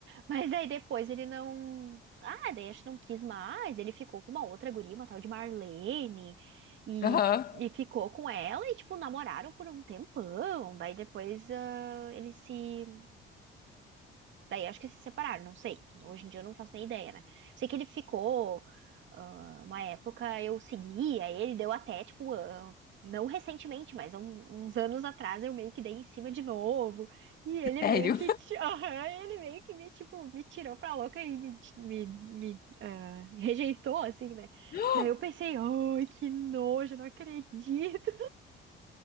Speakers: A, on the right; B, on the left.
A: mas aí depois ele não, ah, daí acho que não quis mais, ele ficou com uma outra guria, uma tal de Marlene. E,
B: Aham,
A: e ficou com ela e, tipo, namoraram por um tempão. Daí depois ah, ele se Daí acho que se separaram, não sei. Hoje em dia eu não faço nem ideia, né? Sei que ele ficou. ah, uma época eu seguia ele, deu até, tipo, ah, não recentemente, mas há um- uns anos atrás eu meio que dei em cima de novo. E ele meio
B: sério.
A: que. ti- <laughs> Aham, ele meio que me, tipo, me tirou pra louca e me, ti- me, me, ah, rejeitou, assim, né?
B: <laughs>
A: Daí eu pensei, ai, que nojo, não acredito.